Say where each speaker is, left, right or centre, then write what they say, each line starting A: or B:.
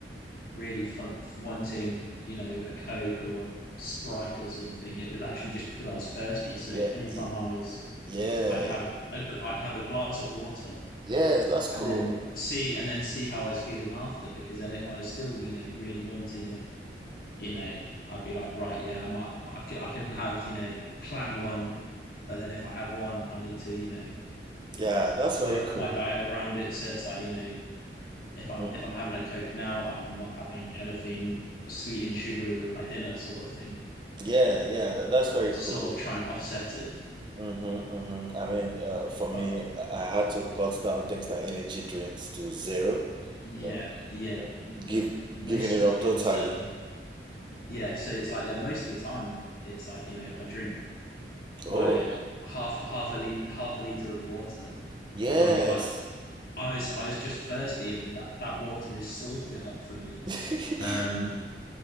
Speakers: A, on the left (about 55°); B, on the right (about 25°).
A: really fun wanting, you know, a coke or a sprite or something, it was actually just because I was thirsty. So
B: Yeah,
A: anytime
B: ye-
A: I was,
B: yeah,
A: I'd have a, I'd have a glass of water
B: yes, that's cool.
A: and then see and then see how I was feeling after because then if I was still you know really wanting it you know, I'd be like, right, yeah, I might, I can, I can have, you know, plan one, but then if I have one, I need to, you know,
B: Yeah, that's
A: work
B: very cool.
A: my diet around it. So it's like, you know, if I'm
B: Mhm.
A: if I'm having a Coke now, I'm not having anything sweet and sugary with my dinner, sort of thing,
B: Yeah, yeah, tha- that's very
A: to
B: cool.
A: sort of try and offset it.
B: Mm-hmm, mm-hmm. I mean, uh, for me,
A: But
B: I I had to cut down things like energy drinks to zero,
A: yeah,
B: you know,
A: yeah,
B: you know,
A: mo-
B: give
A: most
B: giving it
A: of the
B: up
A: things,
B: totally.
A: um, yeah. So it's like, yeah, most of the time, it's like, you know, I drink
B: Oh,
A: my half half a liter half a liter of water,
B: yes.
A: and I'd be like I was I was just thirsty, and that that water has sorted it out for me.
B: <laughs>
A: Um,